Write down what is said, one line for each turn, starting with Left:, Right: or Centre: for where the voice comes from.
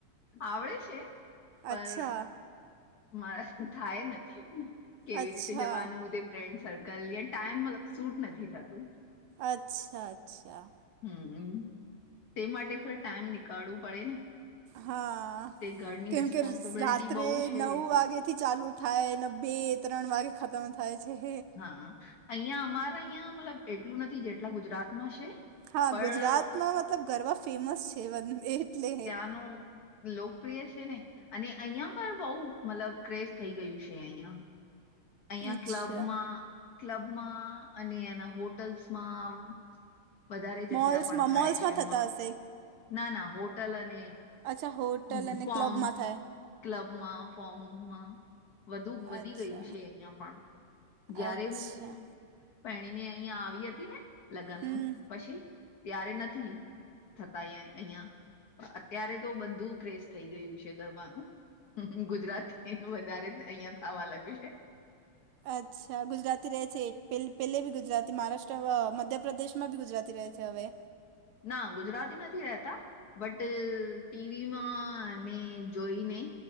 Left: આવડે છે પર
Right: અચ્છા
Left: મારા થાય નથી કેવી
Right: અચ્છા
Left: રીતે જવાનું તે ફ્રેન્ડ સર્કલ યા ટાઈમ મતલબ સૂટ નથી થતું
Right: અચ્છા અચ્છા
Left: હમ તે માટે ફ ટાઈમ નીકળવું પડે ને
Right: હા
Left: તે ઘરની
Right: કેમ
Left: રિસ્પોન્સિબિલિટી
Right: કે રાત્રે
Left: બહુ છે
Right: નવ વાગે થી ચાલુ થાય એને બે ત્રણ વાગે ખતમ થાય છે.
Left: હા અહિયા અમારા અહિયાં મતલબ એટલું નથી જેટલા ગુજરાતમાં છે
Right: હા
Left: પણ
Right: ગુજરાતમાં મતલબ ગરબા ફેમસ છે એટલે
Left: નો લોકપ્રિય છે ને અને અહિયા પણ બહ મતલબ ક્રેઝ થઈ ગયું છે અહિયાં અહિયાં
Right: અચ્છા
Left: ક્લબમાં ક્લબમાં અને એના હોટલ્સમાં વધારે જગ્યા
Right: મોલ્સમાં
Left: પણ થાય
Right: મોલ્સમાં
Left: છે
Right: થતા
Left: મોલ
Right: હશે
Left: ના ના હોટલ અને
Right: અચ્છા હોટલ
Left: હ
Right: અને
Left: ફોર્મ્સ
Right: ક્લબમાં થાય
Left: ક્લબમાં ફોર્મમાં વધુ વધી
Right: અચ્છા
Left: ગયું છે. અહ પણ જયારે
Right: અચ્છા
Left: હું પેણીને અહં આવી હતી ને લગ્ન
Right: હમ
Left: પછી ત્યારે નથી થતા અ અહિયાં અત્યારે તો બધું ક્રેઝ થઈ ગયું છે, ગરબાનું હ ગુજરાતી વધારે અહિયાં થવા લાગ્યું છે.
Right: અચ્છા ગુજરાતી રહે છે, પે પહેલે બી ગુજરાતી મહારાષ્ટ્ર મધ્યપ્રદેશમાં બી ગુજરાતી રહે છે, હવે
Left: ના ગુજરાતી નથી રતા બટ ટીવીમાં ને જોઈને